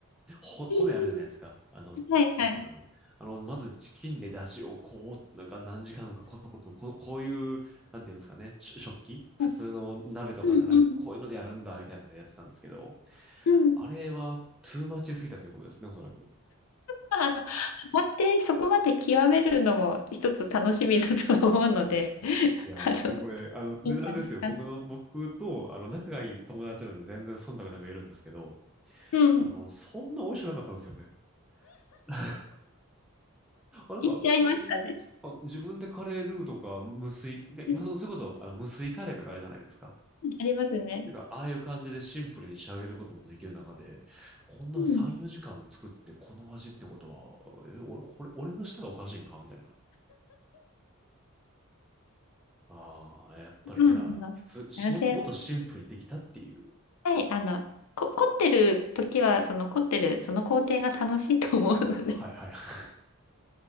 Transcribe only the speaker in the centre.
ほ骨あるじゃないですか、
あのチキンとかの。
あの、まずチキンで出汁をこう、なんか何時間かコトコト、ここういう、なんていうんですかね、し食器普通の鍋とかじゃなくて、
こういうのでやるんだみたいなのでやってたんですけど、
あれはトゥーマッチすぎたということですね、おそらく。
いやー、
でもこれ、あの、
で、あれですよ。僕の、僕と、あの、仲がいい友達なんで全然忖度なく言えるんですけど、
あの、そんな美味しくなかったんですよね。<laughs> あ、なんか、
普通に、あ、自分でカレールーとか、無水、
今そ、それこそ、あの、無水カレーとかあれじゃないですか。
てか、ああいう感じでシンプルに仕上げることもできる中で、こんな3、
4時間作ってこの味ってことは、え、俺、これ、俺の舌がおかしいんかみたいな。ああ、やっぱりじゃあ、
普通、し、
もっと、もっとシンプルにできたっていう。
はいはいはい